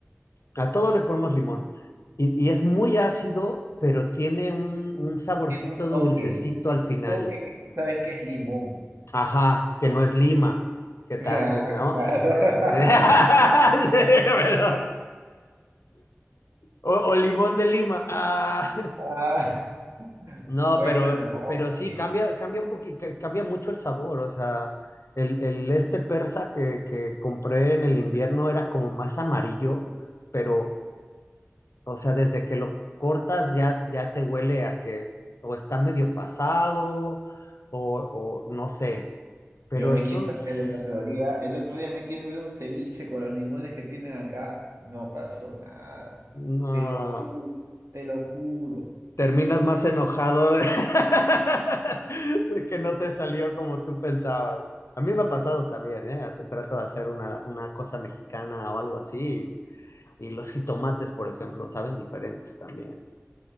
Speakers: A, on the left; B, on the right.
A: A todo le ponemos limón. Y, y es muy ácido, pero tiene un, un saborcito
B: Tiene un toque,
A: dulcecito al final.
B: toque que tú sabes que es limón.
A: Ajá, que no es lima, que ta-
B: <laughs> Ah,
A: eh, ¿no?
B: claro.
A: Eh,
B: <laughs>
A: eh, <laughs> Sí, pero- O, o limón de Lima. Ah,
B: Ah,
A: no,
B: bueno,
A: pero,
B: no.
A: pero sí,
B: Ok,
A: cambia, cambia un poquito, cambia mucho el sabor. O sea, el, el este persa que, que compré en el invierno era como más amarillo, pero, O sea, desde que lo cortas ya, ya te huele a que o está medio pasado o, o no sé, pero
B: Yo me
A: estos
B: quise hacer el otro día, el otro día me quise hacer un ceviche con los limones que tienen acá, no pasó nada.
A: no,
B: Te lo juro, te lo juro.
A: terminas más enojado de, <laughs> de que no te salió como tú pensabas. A mí me ha pasado también, ¿eh? Se trata de hacer una, una cosa mexicana o algo así. Y los jitomates, por ejemplo, saben diferentes también.